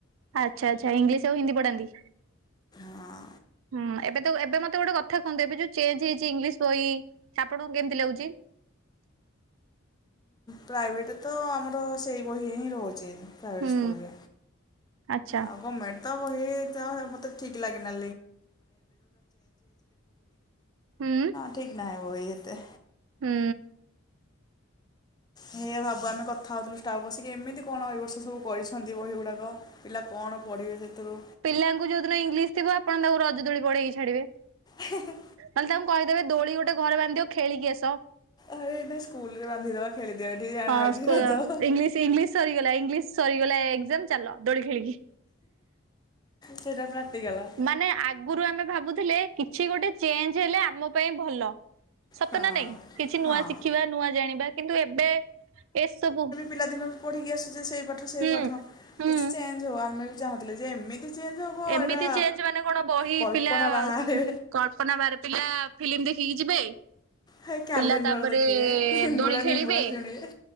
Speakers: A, on the right (about 70°); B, on the left (about 20°).
A: ଆଚ୍ଛା ଆଚ୍ଛା ଇଂଲିସ୍ ଆଉ ହିନ୍ଦୀ ପଢାନ୍ତି।
B: ହଁ।
A: ହୁଁ ଏବେ ତ ଏବେ ମତେ ଗୋଟେ କଥା କୁହନ୍ତୁ ଏବେ ଯୋଉ ଚେଞ୍ଚ ହେଇଛି ଇଂଲିସ୍ ବହି ଆପଣଙ୍କୁ କେମିତି ଲାଗୁଛି।
B: ପ୍ରାଇଭେଟ ତ ଆମର ସେଇ ବହି ହିଁ ରହୁଚି। ପାଇଭେଟ
A: ହୁଁ
B: ସ୍କୁଲରେ
A: ଆଚ୍ଛା
B: ଆଉ ଗମେଟ୍ ତମ ହେ ତ ମତେ ଠିକ ଲାଗି ଅ
A: ହୁଁ
B: ଠିକ୍ ନାହିଁ ବହି ଏତେ।
A: ହୁଁ।
B: ହେୟ୍ ଭାବୁ ଆମେ କଥା ହଉଥିଲୁ ଷ୍ଟାଫ୍ ବସିକି ଏମିତି କଣ ଏଇ ର୍ବଷ ସବୁ କରିଛନ୍ତି ବହି ଗୁଡ଼ାକ। ପିଲା କଣ ପଢ଼ିବେ ସେଥରୁ।
A: ପିଲାଙ୍କୁ ଯୋଉ ଦିନ ଇଂଲିସ୍ ଥିବ ଆପଣ ତାଙ୍କୁ ରଜଦୋଳି ପଢ଼େଇ କି ଛାଡ଼ିବେ।
B: ହେହେଁ
A: ନହେଲେ ତାଙ୍କୁ କହିଦେବେ ଦୋଳି ଗୋଟେ ଘରେ ବାନ୍ଧିଦିଅ ଖେଳିକି ଆସ।
B: ଆରେ ଏଇନା ସ୍କୁଲ୍ ରେ ବାନ୍ଧିଦେବା ଖେଳିଦେବେ ଆଣ
A: ହଁ
B: ଏଠି
A: ସ୍କୁଲ
B: ରଜ।
A: ଇଂଲିଶ ଇଂଲିଶ ସରିଗଲା ଇଂଲିଶ୍ ସରିଗଲା ଏକ୍ଜାମ ଚାଲ ଦୋଳି ଖେଳିକି।
B: ସେଇଟା ପ୍ରାଟିକାଲ।
A: ମାନେ ଆଗରୁ ଆମେ ଭାବୁଥିଲେ କିଛି ଗୋଟେ ଚେଞ୍ଜ୍ ହେଲେ ଆମ ପାଇଁ ଭଲ ସତ
B: ହଁ
A: ନା ନାଇଁ କିଛି ନୂଆ
B: ହଁ
A: ଶିଖିବା ନୂଆ ଜାଣିବା କିନ୍ତୁ ଏବେ ଏସବୁ
B: ପିଲାଦିନ ରୁ ପଢ଼ିକି ଆସୁଛେ ସେଇ ପାଠ ସେଇ
A: ହୁଁ
B: ପାଠ
A: ହୁଁ
B: କିଛି ଚେଞ୍ଜ୍ ହଉ ଆମେ ବି ଚାହୁଁଥିଲେ ଯେ ଏମିତି ଚେଞ୍ଜ୍ ହେବ
A: ଏମିତି
B: ଏଇଟା
A: ଚେଞ୍ଜ ମାନେ କଣ ବହି
B: କଳ୍ପନା
A: ପିଲା
B: ବାହରେ।
A: କଳ୍ପନା ବାହରେ ପିଲା ଫିଲ୍ମ ଦେଖିକି ଯିବେ।
B: ହେ କ୍ୟାଲେଣ୍ଡର
A: ପିଲା ତାପରେ
B: ଦେଖିବେ ଲିମ୍ବୁଡ଼ା
A: ଦୋଳି ଖେଳିବେ
B: ନିମ୍ବୁଡ଼ା ଶୁଣିବେ